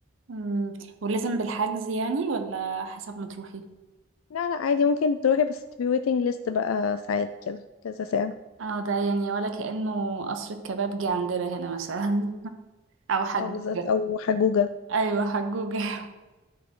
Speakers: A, on the right; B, on the left.
A: مم. ولازم بالحجز يعني ولا حسب ما تروحي
B: لا لا عادي ممكن تروحي بس تبقي waiting list بقى ساعات كده كذا ساعة
A: اه ده يعني ولا كأنه قصر الكبابجي عندنا هنا مثلا <laughs> او حجوجة
B: أو بالذات أو حجوجة
A: ايوه حجوجة <laughs>